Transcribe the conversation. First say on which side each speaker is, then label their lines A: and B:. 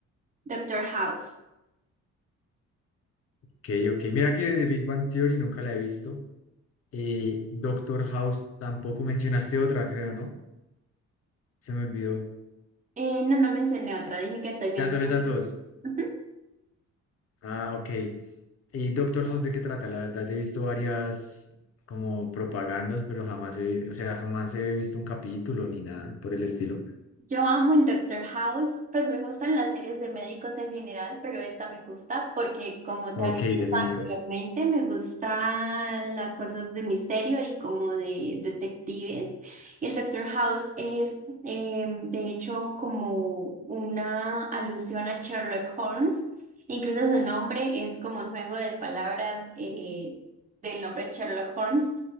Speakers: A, on the right (about 25°); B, on the left (about 50°).
A: Doctor House.
B: Ok, ok. Mira que The Big Bang Theory nunca la he visto. Eh, Doctor House tampoco mencionaste otra, creo, ¿no? Se me olvidó. O
A: Eh, no, no mencioné otra, dije que estoy
B: sea,
A: viendo.
B: solo esas dos.
A: <laughs>
B: Ah, ok. ¿Y Doctor House de qué trata? La verdad, he visto varias como propagandas, pero jamás he, o sea, jamás he visto un capítulo ni nada por el estilo.
A: Yo amo el Doctor House, pues me gustan las series de médicos en general, pero esta me gusta porque como te
B: Ok,
A: había dicho
B: de médicos.
A: anteriormente, me gustan las cosas de misterio y como de detectives. Y el Doctor House es eh, de hecho como una alusión a Sherlock Holmes, incluso su nombre es como un juego de palabras eh, del nombre Sherlock Holmes.